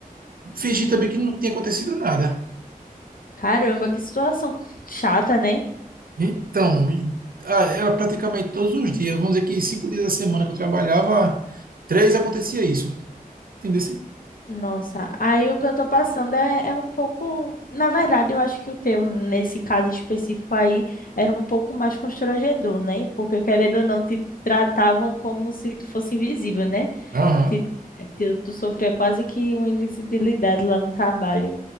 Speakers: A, on the right (about 70°); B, on the left (about 65°).
A: fingi também que não tinha acontecido nada.
B: Caramba, que situação chata, né?
A: Então, e- ah, era praticamente todos os dias. Vamos dizer que cinco dias da semana que eu trabalhava, três acontecia isso. Entendeu?
B: Nossa, aí o que eu tô passando é, é um pouco. Na verdade, eu acho que o teu, nesse caso específico aí, era um pouco mais constrangedor, né? Porque, querendo ou não, te tratavam como se tu fosse invisível, né?
A: Aham.
B: Te- te- tu sofria quase que uma invisibilidade lá no trabalho.